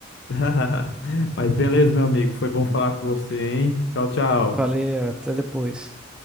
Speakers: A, on the left; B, in the centre.
A: <laughs> Mas beleza, meu amigo. Foi bom falar com você, hein? Tchau, tchau.
B: Valeu, até depois.